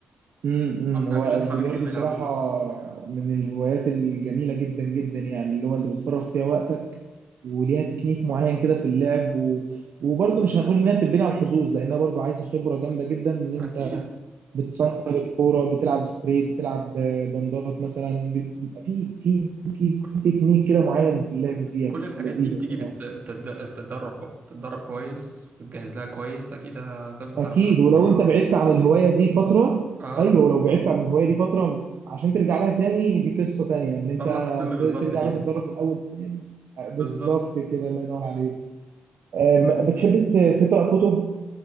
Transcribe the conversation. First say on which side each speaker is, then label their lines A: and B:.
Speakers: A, on the right (about 65°); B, on the right (about 50°).
A: مم. مم.
B: اصلا
A: هو
B: مفيش اصحابي
A: البلياردو
B: كتير بيلعبوه
A: بصراحة من الهوايات الجميلة جدا جدا يعني اللي هو انت بتفرغ فيها وقتك وليها تكنيك معين كده في اللعب و... وبرضه مش هنقول انها بتتبني على الحظوظ لانها برضه عايزة خبرة جامدة جدا ان انت
B: اكيد
A: بتصنطر الكورة بتلعب ستريت بتلعب آه، بندات مثلا بت... في في في
B: كل
A: تكنيك كده معين في اللعب فيها
B: كل
A: بتبقى
B: الحاجات
A: لذيذة
B: دي بتيجي
A: بصراحة
B: بالت- بالتد- بالتدرب بقى تتدرب كويس وتجهز لها كويس اكيد هتبقى
A: اكيد
B: تعرف تلعب
A: ولو
B: فيها
A: انت بعدت عن الهوايه دي فتره
B: اه
A: ايوه ولو بعدت عن الهوايه دي فتره عشان ترجع لها تاني دي قصه تانيه ان
B: ده
A: انت
B: اللي حصل لي بالظبط
A: ت- ترجع
B: فيها
A: بقى تتدرب من الاول تاني آه، بالظبط
B: بالظبط
A: كده الله ينور عليك آم، بتحب ت- تقرا كتب